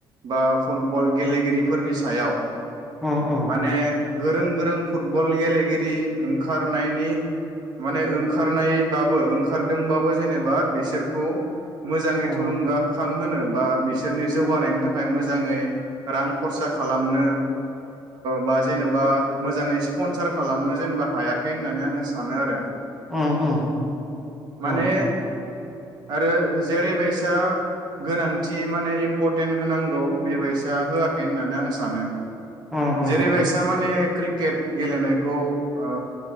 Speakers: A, on the right; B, in the centre.
A: बा फुटबल गेलेगिरिफोरनि सायाव
B: उम उम
A: माने गोरों गोरों फुटबल गेलेगिरि ओंखारनायनि माने ओंखारनायबाबो ओंखारदोंबाबो जेनेबा बिसोरखौ मोजाङै
B: उम
A: थुलुंगाखां होनो बा बिसोरनि जौगानायनि थाखाय मोजाङै रां खरसा खालामनो बा जेनेबा मोजाङै स्पनसार खालामनो जेनेबा हायाखै होननानै आङो सानो आरो
B: उम
A: माने
B: उम
A: आरो जेरैबायसा गोनांथि माने इम्परटेन्ट होनांगौ बेबायसा होआखै होननानै आं सानो
B: उम उम
A: जेरैबायस थारमाने क्रिकेट गेलेनायखौ अ